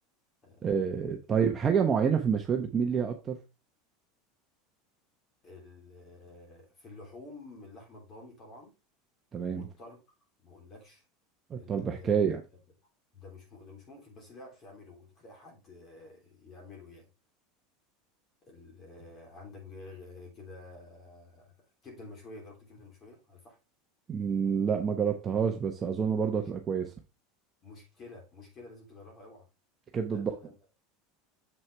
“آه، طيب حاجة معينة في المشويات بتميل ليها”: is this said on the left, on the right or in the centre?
Right